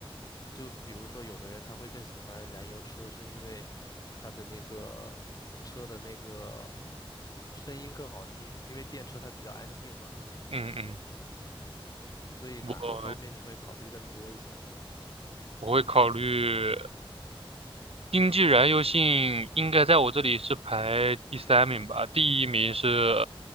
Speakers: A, on the left; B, on the right.
A: 就比如说有的人他会更喜欢燃油车，是因为他的那个车的那个声音更好听，因为电车它比较安静嘛，
B: 嗯嗯，
A: 所以哪个方面你会考虑更多一些呢？
B: 我我会考虑。经济燃油性应该在我这里是排第三名吧，第一名是